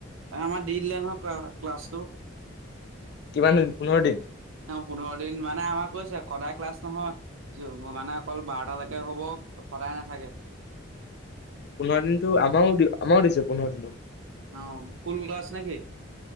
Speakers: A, on the right; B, on the left.
A: আমাৰ দি দিলে নহয়া ক্লাছটো
B: কিমান পোন্ধৰ দিন
A: পোন্ধৰ দিন মানে আমাক কৈছে সদায় ক্লাছ নহয় মানে অকল বাৰটালৈকে হব সদায় নাথাকে
B: পোন্ধৰ দিনতটো আমাৰও দি আমাৰও দিছে পোন্ধৰ দিনো
A: অ' ফুল গছ নেকি?